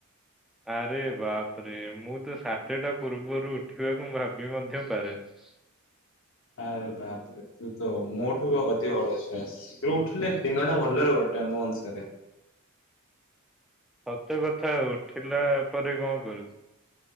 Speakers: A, in the centre; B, on the left.
A: ଆରେ ବାପରେ ମୁଁ ତ ସାତଟା ପୂର୍ବରୁ ଉଠିବାକୁ ଭାବି ମଧ୍ୟ ପାରେନି।
B: ଆରେ ବାପରେ। ସେ ତ ମୋଠୁ ଅଧିକ ଅଳସୁଆ, ଶୀଘ୍ର ଉଠିଲେ ଦିନଟା ଭଲରେ କଟେ ମୋ ଅନୁସାରେ।
A: ସତେ କଥା ଉଠିଲା ପରେ କଣ କରୁଚୁ?